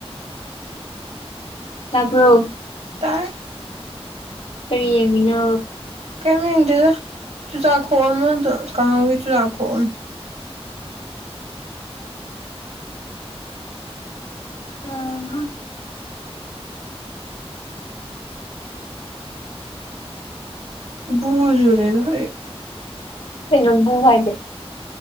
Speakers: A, on the left (about 65°); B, on the right (about 80°).
A: ꯇꯥꯕ꯭ꯔꯣ
B: ꯇꯥꯏ
A: ꯀꯔꯤ ꯌꯦꯡꯉꯤꯅꯣ
B: ꯀꯩꯝ ꯌꯦꯡꯗꯦꯗ ꯆꯨꯖꯥꯛ ꯈꯣꯛꯑꯝꯕꯗꯣ ꯀꯥꯡꯍꯧꯒꯤ ꯆꯨꯖꯥꯛ ꯈꯣꯛꯑꯝ
A: ꯎꯝ
B: ꯕꯨ ꯖꯨꯔꯦꯗ ꯑꯩ
A: ꯀꯩꯅ‌ꯣ ꯕꯨ ꯍꯥꯏꯗꯤ